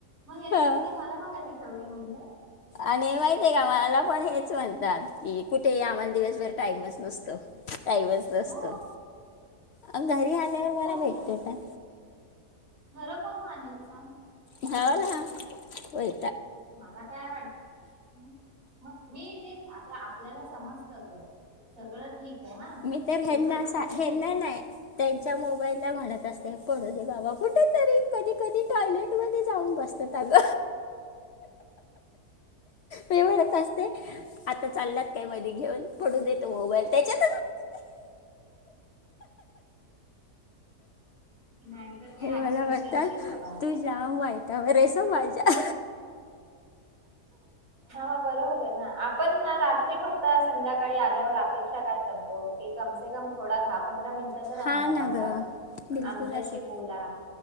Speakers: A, on the right; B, on the left.
A: मग हे रिल्स
B: हं.
A: मला बघायला ठेवले म्हटलं.
B: आणि माहित आहे का मला पण हेच म्हणतात. कि कुठे आम्हाला दिवसभर टाईमच नसतो, टाईमच नसतो.
A: हो
B: अ घरी आल्यावर
A: कोण
B: बरा
A: खर
B: भेटतो टा
A: खरं कोण मानेल सांग.
B: हो ना होय.
A: मला काय वाटत मग मी तेच आता आपल्याला समज त ग सगळं ठीक आहे हा
B: मी तर
A: एवढं
B: हेना
A: समजून
B: हेन्ना
A: घेतो
B: नाही त्यांच्या मो बाईला म्हणत असते पडू दे बाबा कुठेतरी कधी कधी टॉयलेट मधे जाऊन बसतात. अग हिहि मी म्हणत असते आता चाललात काय मध्ये घेऊन पडून देतो मोबाईल त्याच्या.
A: नाहीय तर काय
B: हे मला
A: अक्षरशां
B: म्हणतात
A: शी बाबा
B: तू जाम वाईटावर आहेस हं माझ्या
A: ह बरोबर आहे ना आपण ना रा त्री फक्त संध्याकाळी आल्यावर अपेक्षा काय करतो की कमसे कम थोडा दहा पंधरा मिनि टं तर
B: हा
A: आम्हाला
B: ना
A: बघा
B: गं बिलकुल
A: आमच्याशी
B: असंच
A: बोला